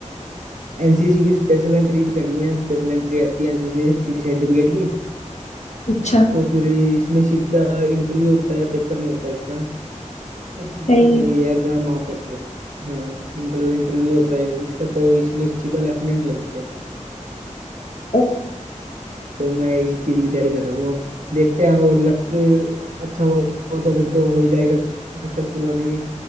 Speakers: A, on the right; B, on the left.
A: एनसीसी की स्पेशल एंट्री करनी है स्पेशल एंट्री आती है एनसीसी से सर्टिफिकेट की
B: अच्छा
A: तो फिर इसमें सीधा इंटरव्यू होता है पेपर नहीं होता इसका अब
B: सही
A: ये
B: है
A: एग्जाम आप अप, हाँ मतलब इंटरव्यू होता है इसका तो इसमें सीधा लेफ्टिनेंट लगते हैं
B: ओ,
A: तो मैं इसी चीज की तैयारी कर रहा हूँ अब देखते हैं और लक अच्छा होगा तो फिर तो हो ही जाएगा सक्सेसफुल हो जाएंगे